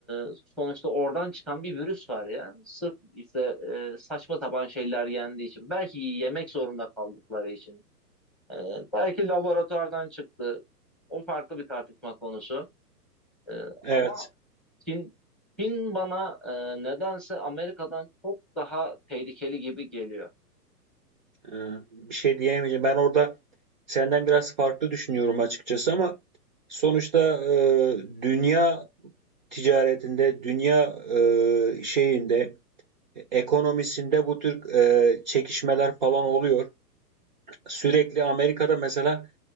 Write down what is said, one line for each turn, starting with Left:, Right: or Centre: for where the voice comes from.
Centre: e, sonuçta oradan çıkan bir virüs var ya. Sırf işte e, saçma sapan şeyler yendiği için. Belki yemek zorunda kaldıkları için. Ee, belki laboratuvardan çıktı. O farklı bir tartışma konusu. Ee,
Right: Evet.
Centre: ama Çin, Çin bana e, nedense Amerika'dan çok daha tehlikeli gibi geliyor.
Right: Ee, bir şey diyemeyeceğim. Ben orada senden biraz farklı düşünüyorum açıkçası ama sonuçta e, dünya ticaretinde, dünya e, şeyinde, ekonomisinde bu tür e, çekişmeler falan oluyor. Sürekli Amerika'da mesela